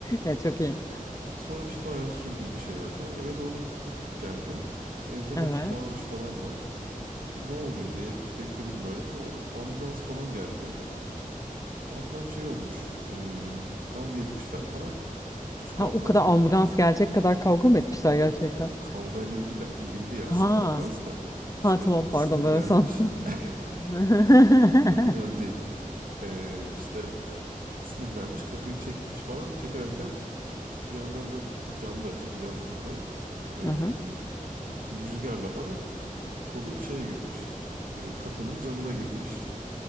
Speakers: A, on the left (about 25°); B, on the right (about 75°).
A: Evet çok iyi.
B: Sonra işte bayağı sürdüm bir şeyler falan. Eve doğru geldim. Evde
A: Evet.
B: böyle bir bağırış falan var. Ne oluyor diye bekledim böyle. Sonra ambulans falan geldi. Ablam şey olmuş. e, işte kavga etmişler falan. Küçük
A: Ha
B: ablam
A: o kadar ambulans gelecek kadar kavga mı etmişler gerçekten?
B: yok kavgayla değil ilgili değil aslında
A: Ha.
B: ambulans da. İşte
A: Ha tamam
B: sinirlenmiş.
A: pardon böyle sandım.
B: <laughs>
A: <laughs>
B: Yok önemli değil. E, işte sinirlenmiş kapıyı çekmiş falan çekerken işte bir yandan da cam da açık yazındı. E,
A: Hı hı.
B: bir rüzgarla falan Kolu şeye girmiş. E, kapının camına girmiş.